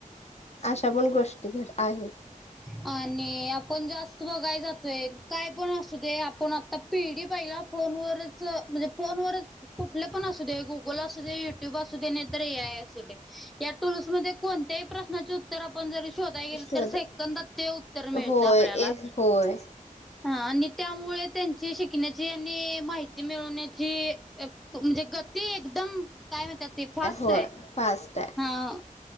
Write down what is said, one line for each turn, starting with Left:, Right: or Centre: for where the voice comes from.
Left: अशा पण गोष्टी घ आहेत.
Centre: आणि आपण जास्त बघाय जातोय काय पण असू दे आपण आता पिढी पहिला फोनवरच म्हणजे फोनवरच कुठलं पण असू दे गुगल असू दे य युट्यूब असुदे नाहीतर ये अय असू देतर या टूल्समध्ये कोणत्याही प्रश्चेर तर आपण जरी शोधा गेल
Left: शोध
Centre: तर सेकंदात ते उत्तर मिळत
Left: होय
Centre: आपल्याला
Left: ए होय.
Centre: हा आणि त्यामुळे त्यांची शिकण्याची आणि माहिती मिळवण्याची म्हणजे गती एकदम काय म्हणतात ते फास्ट
Left: होय
Centre: आहे
Left: फास्ट आहे.
Centre: हा.